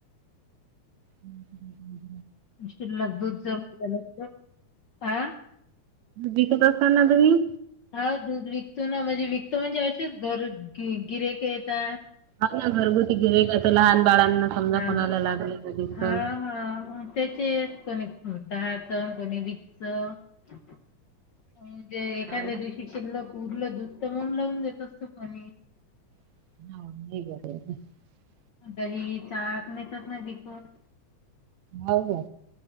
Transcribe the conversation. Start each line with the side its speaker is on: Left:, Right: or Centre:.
Right: हम् हम् हम्.
Left: शिल्लक दूध जमलं ह.
Right: बीिकत असताना तुम्ही.
Left: हा दूध विकतो ना म्हणजे विकतो म्हणजे अशच घर गिरेक येता
Right: आपलं घरगुती केळी भाजी लहान बाळांना समजा
Left: हा
Right: कोणायला लागली कधी
Left: हा
Right: तर
Left: हा त्याचे कोणी दहा च कोणी वीस च णजे
Right: हो
Left: एखाद्या
Right: ना
Left: दिवशी शिल्ल उरलं दुत मून लावून देत असतो पणी.
Right: <unintelligible>
Left: दही ताक <unintelligible>
Right: हो का.